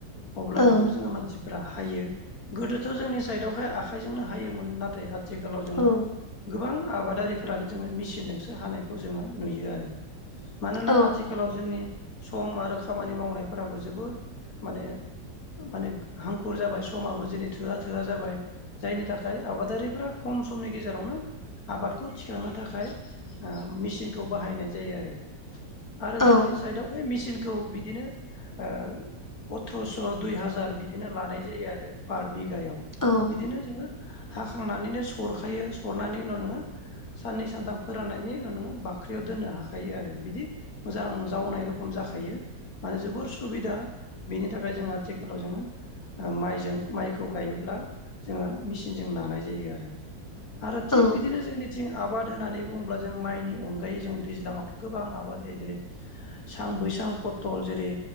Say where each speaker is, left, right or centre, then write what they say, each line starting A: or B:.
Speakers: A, on the left; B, on the left.
A: अब्ला
B: औ
A: बेखौ जोङो मानसिफ्रा हायो गोदोथ' जोंनि साइडआवहाय आखाइजोंनो हायोमोन नाथाय आथिखालाव जोङो
B: औ
A: गोबां आबादारि फोरानो जोङो मेसिनजोंसो हानायखौ जोङो नुयो आरो मानोना
B: औ
A: आथिखालाव जोंनि सम आरो खामानि मावनायफोराबो जोबोर माने माने हांखुर जाबाय समाबो जेनै थोआ थोआ जाबाय जायनि थाखाय आबादारिफोरा खम समनि गेजेरावनो आबादखौ थिखांनो थाखाय ओ मेसिनखौ बाहायनाय जायो आरो आरो
B: औ
A: जोंनि साइदआवहाय मेसिनखौ बिदिनो ओ अथ्र'स' दुइ हाजार बिदिनो लानाय जायो आरो पार बिगायाव
B: औ
A: बिदिनो जोङो हाखांनानैनो सरखायो सरनानै उनाव नोङो साननै सानथाम फोराननायनि उनाव नोङो बाख्रियाव दोननो हाखायो आरो बिदि मोजां जावनाय रखम जाखा थायो मानो जोबोर सुबिदा बेनि थाखाय जोङ आथिखालाव जोङो आ माइजों माइखौ गायोब्ला जोङो मेचिनजों नानाय जायो आरो आरो थिग
B: औ
A: बिदिनो जोंनि आबाद होननानै बुङोब्ला जों माइनि अनगायै जों दैज्लाङावथ' गोबां आबाद जायो जेरै सां बैसां पथल जेरै